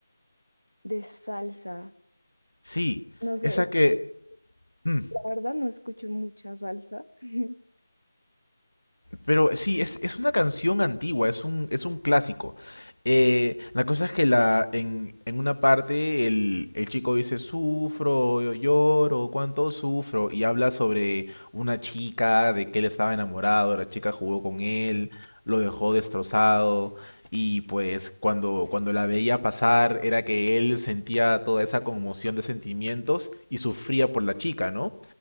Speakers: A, on the right; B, on the left.
A: de salsa.
B: Sí,
A: No sé,
B: esa
A: es
B: que...
A: que
B: <clears throat>
A: la verdad no escucho mucha salsa. <laughs>
B: Pero sí, es, es una canción antigua, es un, es un clásico. Eh, la cosa es que la, en, en una parte el, el chico dice, sufro, lloro, cuánto sufro, y habla sobre una chica, de que él estaba enamorado, la chica jugó con él, lo dejó destrozado, y pues cuando, cuando la veía pasar era que él sentía toda esa conmoción de sentimientos y sufría por la chica, ¿no?